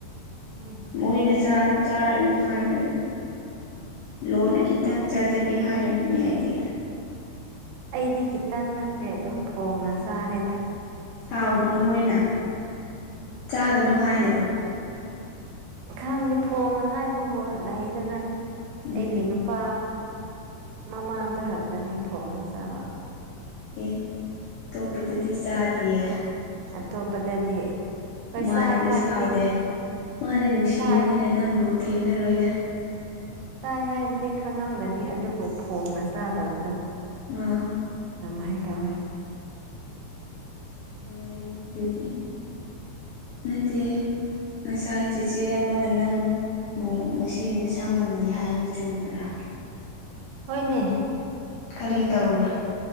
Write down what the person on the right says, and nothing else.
ꯎꯝ
ꯑꯩꯗꯤ ꯈꯤꯇꯪ ꯅꯠꯇ꯭ꯔꯦ ꯑꯗꯨꯝ ꯐꯣꯡꯅ ꯆꯥꯔꯦꯗ
ꯈꯪꯅꯤꯦ ꯐꯣꯡꯅ ꯍꯥꯏꯕꯕꯨ ꯂꯩꯗꯅ
ꯑꯩꯒꯤ ꯅꯨ ꯂꯨꯄꯥ ꯃꯃꯥꯡꯗ ꯈꯛꯇꯅꯤ ꯐꯣꯝꯅ ꯆꯥꯕ
ꯑꯇꯣꯞꯄꯗꯗꯤ ꯍꯣꯏ
ꯆꯥꯏ ꯍꯥꯏꯕꯗꯤ
ꯆꯥꯏ
ꯆꯥꯏ ꯍꯥꯏꯕꯗꯤ ꯈꯪꯉꯝꯒꯅꯤ ꯑꯗꯨꯕꯨ ꯐꯣꯡꯅ ꯆꯥꯗꯕꯗꯣ
ꯑꯗꯨꯃꯥꯏꯅ ꯇꯧꯋꯦ
ꯍꯣꯏꯅꯦ